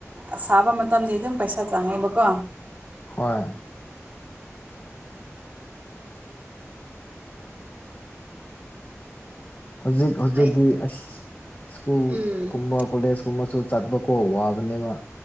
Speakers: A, on the right (about 30°); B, on the left (about 40°).
A: ꯑꯁꯥꯕ ꯃꯇꯝꯗꯤ ꯑꯗꯨꯝ ꯄꯩꯁꯥ ꯆꯪꯉꯦꯕꯀꯣ
B: ꯍꯣꯏ ꯍꯧꯖꯤꯛ ꯍꯧꯖꯤꯛꯇꯤ
A: ꯍꯩ
B: ꯑꯁ ꯁ꯭ꯀꯨꯜ
A: ꯎꯝ
B: ꯀꯨꯝꯕ ꯀꯣꯂꯦꯖ ꯀꯨꯝꯕꯁꯨ ꯆꯠꯄꯀꯣ ꯋꯥꯕꯅꯦꯕ